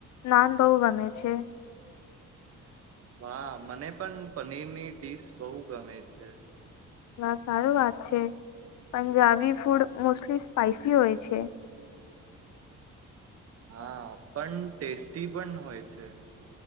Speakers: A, on the left; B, on the right.
A: નાન બહુ ગમે છે.
B: વાહ મને પણ પનીરની ડીશ બહુ ગમે છે.
A: હ સારું વાત છે પંજાબી ફૂડ મોસ્ટલી સ્પાઈસી હોય છે.
B: હા પણ ટેસ્ટી પણ હોય છે.